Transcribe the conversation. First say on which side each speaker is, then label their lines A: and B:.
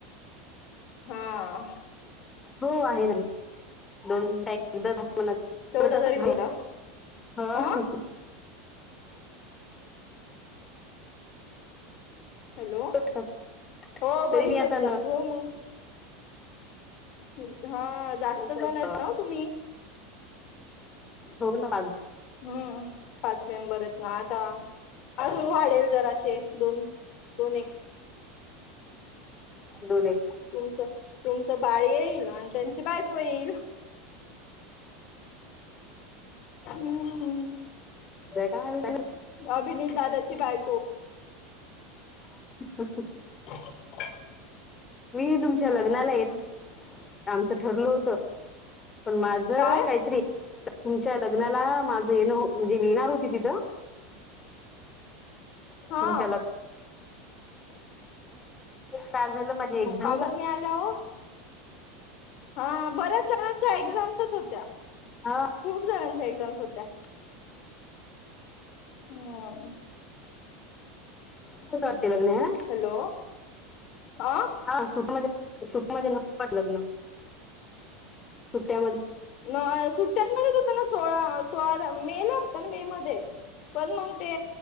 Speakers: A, on the left; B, on the left.
A: हां. <inaudible>
B: हो आहे नाही दोन टाईम
A: तेवढं
B: सुद्धा.
A: तरी बरं हा
B: <unintelligible>
A: हॅलो
B: असतात
A: हो बरीच
B: तरी मी आता
A: असतात हो मंग अं हा. जास्त
B: नंतर
A: जण आहेत
B: जा
A: ना तुम्ही
B: हो ना आज
A: हम्म, पाच मेंबर आहेत ना आता. अजून वाढेल जराशे दोन दोन एक
B: दोन एक
A: तुमचं तुमचं बाळ येईल आणि त्यांची बायको येईल. हम्म,
B: काय
A: अभिनीत दादाची बायको.
B: <unintelligible>
A: <inaudible> <inaudible>
B: मी तुमच्या
A: ह
B: लग्नाला ये आमचं ठरलं होतं पण माझं
A: काय
B: काही तरी तुमच्या लग्नाला माझं येणं म्हणजे येणार होती तिथं
A: हा.
B: तुमच्या लग् काय झालं माझी एक्झाम
A: मग
B: का
A: बर नाही आल्या ओ हा बऱ्याच जणांच्या एक्झाम्स होत्या
B: हा
A: खूप जणांच्या एक्झाम्स होत्या. <unintelligible>
B: <unintelligible>
A: हॅलो आं
B: हा सुूटमध्ये सुूटमध्ये नको का लग्न सुट्ट्यामध्ये
A: न सुट्ट्यांमध्येच होत ना सोळा सोळाला मेला होता ना मेमध्ये. पण मग ते